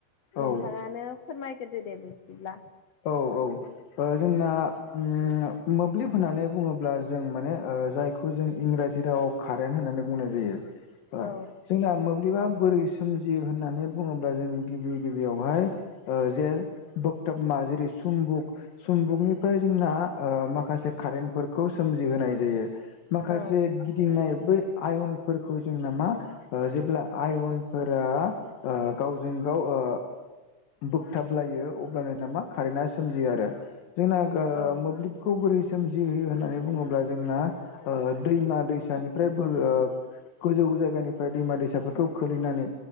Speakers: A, on the left (about 60°); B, on the left (about 80°).
A: नोंथाङानो
B: औ
A: फोरमायग्रोदो दे बिदिब्ला।
B: औ औ ओ जोंना ओम मोब्लिब होननानै बुङोब्ला जों माने ओ जायखौ जों इंराजि रावाव कारेन्ट होननानै बुंनाय जायो ओ
A: औ
B: जोंना मोब्लिबा बोरै सोमजियो होननानै बुङोब्ला जों गिबि गिबियावहाय जे बोगताब मा जेरै सुमबुक सुम्बुकनिफ्राय जोंना ओ माखासे कारेन्टफोरखौ सोमजिहोनाय जायो माखासे
A: औ
B: गिदिंनाय बै आयनफोरखौ जोंना मा ओ जेब्ला आयनफोरा ओ गावजों गाव ओ बोगथाब लायो अब्लानो नामा कारेन आ सोमजियो आरो जोंना गा ओ
A: औ
B: मोब्लिब खौ बोरै सोमजिहोयो होननानै बुङोब्ला जोंना ओ दैमा दैसानिफ्रायबो ओ बो ओ गोजौ जायगानिफ्राय दैमा दैसाफोरखौ खोलैनानै